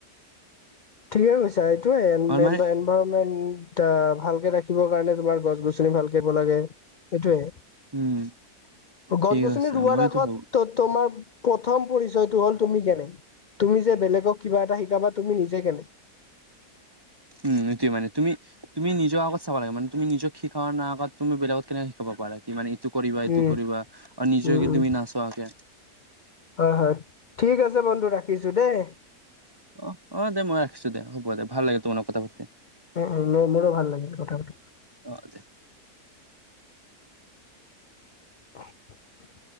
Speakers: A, on the left; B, on the right.
A: ঠিকে কৈছা এইটোয়ে এন
B: আৰু
A: ভেন,
B: মানে
A: এনভৰমেন্ট আহ ভালকে ৰাখিবৰ কাৰণে তোমাৰ গছ গছনি ভাল কৰিব লাগে সেইটোয়ে।
B: উম ঠিক
A: গছ গছনি
B: আছে
A: ৰুৱাৰ
B: মইতো
A: আগত,
B: ভাবো
A: ত তোমাৰ প্ৰথম পৰিচয়টো হ'ল তুমি কেনে। তুমি যে বেলেগক কিবা এটা শিকাবা তুমি নিজে কেনে।
B: উম এটোয় মানে তুমি, তুমি নিজৰ আগত চাব লাগে মানে তুমি নিজক শিকা ন আগত তুমি বেলেগ কেনেকে শিকাব পাৰা কি মানে, এইটো কৰিবা
A: উম,
B: এইটো কৰিবা আৰু নিজকে
A: উম, উম,
B: তুমি নাছাৱা কে।
A: হয় হয় ঠিক আছে বন্ধু ৰাখিছো দেই।
B: অ অ দে মই ৰাখিছো দে হ'ব দে ভাল লাগিল তোমোক কথা পাতি।
A: অ অ মোৰো ভাল লাগিল কথা পাতি।
B: অ যে,
A: <inaudible>